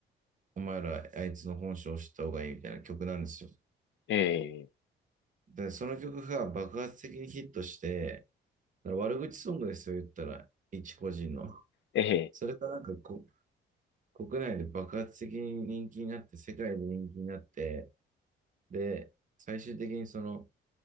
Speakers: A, on the right; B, on the left.
A: お前らあいつの本性を知った方がいいみたいな曲なんですよ。
B: ええ、
A: で、その曲が爆発的にヒットして、だから悪口ソングですよ、言ったら、一個人の。
B: ええ、
A: それがなんかこ、国内で爆発的に人気になって、世界で人気になって、で、最終的にその、